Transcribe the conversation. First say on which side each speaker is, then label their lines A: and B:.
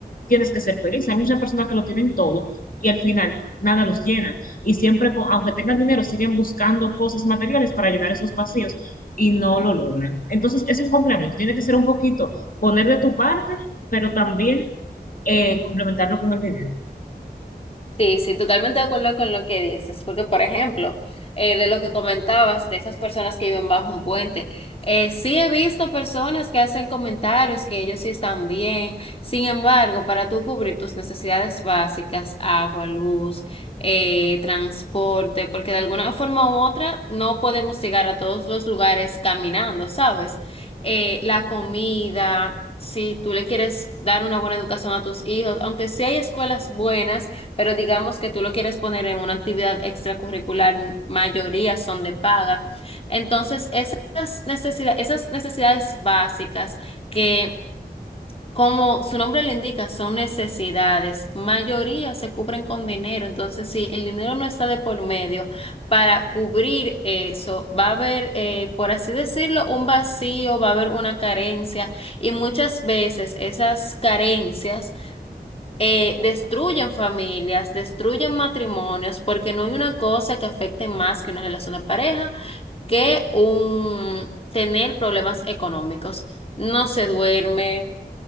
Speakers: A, on the left; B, on the left.
A: tienes que ser feliz. Hay muchas personas que lo tienen todo y al final nada los llena. Y siempre, co- aunque tengan dinero, siguen buscando cosas materiales para llenar esos vacíos y no lo logran. Entonces, es un complemento. Tiene que ser un poquito poner de tu parte, pero también eh, complementarlo con el dinero.
B: Sí, sí, totalmente de acuerdo con lo que dices, porque por ejemplo, eh, de lo que comentabas, de esas personas que viven bajo un puente, eh, sí he visto personas que hacen comentarios que ellos sí están bien, sin embargo, para tú cubrir tus necesidades básicas, agua, luz, eh, transporte, porque de alguna forma u otra no podemos llegar a todos los lugares caminando, ¿sabes? Eh, la comida. Si tú le quieres dar una buena educación a tus hijos, aunque sí hay escuelas buenas, pero digamos que tú lo quieres poner en una actividad extracurricular, mayoría son de paga. Entonces, esas necesidades, esas necesidades básicas que, como su nombre lo indica, son necesidades, mayoría se cubren con dinero. Entonces, si el dinero no está de por medio para cubrir eso, va a haber, eh, por así decirlo, un vacío, va a haber una carencia y muchas veces esas carencias eh, destruyen familias, destruyen matrimonios, porque no hay una cosa que afecte más que una relación de pareja que un tener problemas económicos. No se duerme,